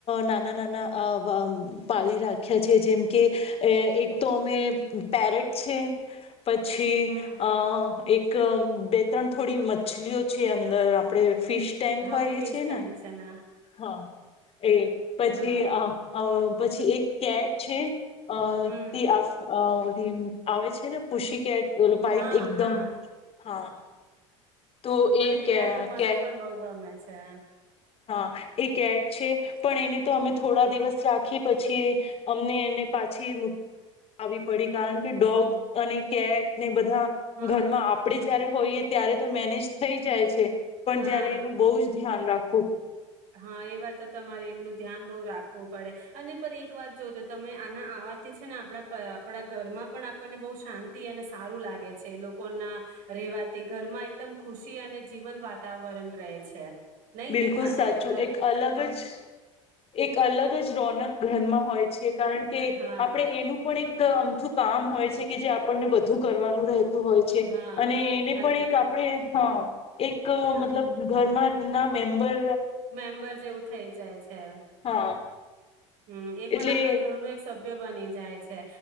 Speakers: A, on the left; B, on the right.
A: નાના નાના પાળી રાખ્યા છે જેમ કે એક તો અમે પેરેટ છે. પછી
B: હમ
A: અ એક બે ત્રણ થોડી મછલીઓ છે અંદર આપ આપડણે ફિશ ટેન્ક
B: હા
A: હોઈએ
B: ફીસ
A: છીએ
B: ટેન્શન
A: ને. હા એ પછી
B: હા
A: આ અ પછી એક કેટ છે અ
B: હમ
A: તે આવે છે <unintelligible> પુશી કેટ વ્ઇટ
B: હા
A: એકદમ
B: હા
A: હા તો
B: મને
A: એ
B: બિલાડીઓ
A: કે
B: મને
A: કેટ
B: પણ બઉ ગમે છે. <unintelligible>
A: હા. એક કેટ છે પણ એને તો અમે થોડા દિવસ રાખી પછી અમને એને પાછી આવી પડી કારણ કે ડોગ અને કેટ ને બધ ધા
B: હા
A: ઘરમાં આપણે જયારે હોઈએ ત્યારે તો મેનેજ થઈ જાય છે. પણ
B: હા
A: જયારે એનું બહુ જ ધ્યાન રાખ
B: હા એ વાત તમારે એમનું ધ્યાન બહુ રાખવું પડે અને પર એક વાર જોજો તમે આના આવાથી છે ને આપણા આપણા ઘરમાં પણ આપણને બહુ શાંતિ અને સારું લાગે છે. લોકોના રહેવાથી ઘરમાં એકદમ ખુશી અને જીવંત વાતાવરણ રહે છે. નહી
A: બિલકુલ
B: આ
A: સાચું
B: જ્યારે
A: એક અલગ જ એક અલગ જ રોનક ઘરમાં હોય છે કારણ કે
B: હા
A: આપણે એનું પણ એક એક આમથું કામ હોય છે કે જે આપણને બધું કરવાનું રહે. હોય છે
B: હા
A: અને એને
B: અન
A: પણ એક આપણે હા. એક
B: હા
A: મતલબ ઘરમાં ના મેમ્બર
B: મેમ્બર જેવું થઇ જાય છે.
A: હા.
B: હમ એ પણ
A: એટલે
B: આપણા ઘર ન એક સભ્ય બને જાય છે